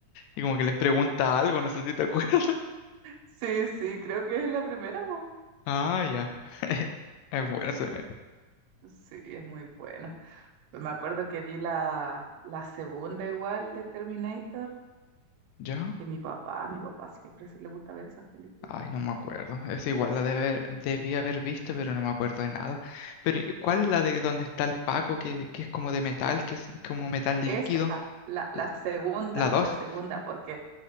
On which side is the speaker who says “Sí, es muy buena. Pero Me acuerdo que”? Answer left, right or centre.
Right